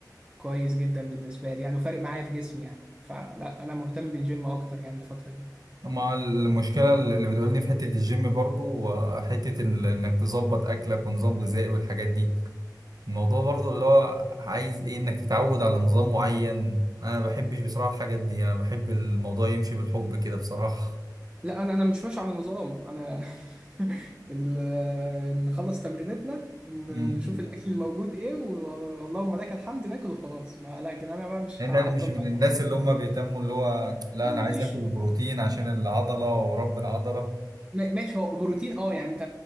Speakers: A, on the right; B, on the right.
A: كويس جدا بالنسبه لي يعني وفارق معايا في جسمي يعني فلا انا مهتم بالجيم اكتر يعني الفتره دي
B: مع المشكله اللي بتقولني في حته الجيم برضو وحته ال- انك تظبط اكلك ونظام غذائي والحاجات دي الموضوع برضو اللي هو عايز ايه انك تتعود على نظام معين انا ما بحبش بصراحة الحاجات دي انا بحب الموضوع يمشي بالحب كده بصراحة
A: لا انا انا مش ماشي على نظام انا <laughs> ال- نخلص تمرينتنا ن-
B: امم
A: نشوف الاكل الموجود ايه و- واللهم لك الحمد ناكل وخلاص ما لكن انا بقى مش
B: يعني
A: هفضل
B: انا مش من
A: بقى
B: الناس اللي هم بيهتموا اللي هو لا
A: لا
B: انا
A: ما
B: عايز
A: فيش
B: اكل بروتين عشان العضلة ورب العضلة
A: م- ماشي هو بروتين اه يعني انت